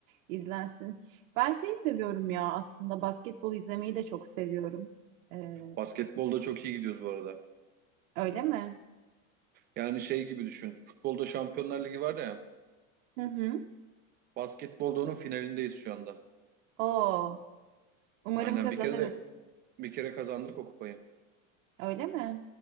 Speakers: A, on the right; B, on the right.
A: İzlensin. Ben şey seviyorum ya aslında basketbol izlemeyi de çok seviyorum. Ee,
B: Basketbolda çok iyi gidiyoruz bu arada.
A: öyle mi?
B: Yani şey gibi düşün. Futbolda Şampiyonlar Ligi var ya.
A: Hı hı.
B: Basketbolda onun finalindeyiz şu anda.
A: Oo. Umarım
B: Aynen
A: kazanırız.
B: bir kere de bir kere kazandık o kupayı.
A: Öyle mi?